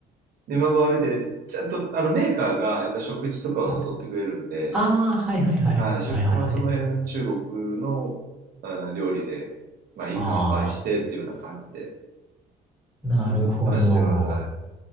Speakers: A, on the right; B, in the centre.
A: で、まあ、まあで、ちゃんと、あの、メーカーがやっぱ食事とかを誘ってくれるんで、
B: <laughs> はいああ、はいはいはい。
A: はい、食、
B: はいはいはい。
A: まあ、その辺、中国の、うん料理で、まあ、いい乾杯してっていうような感じで、
B: ああ、なるほど。
A: 食に関しては、はい。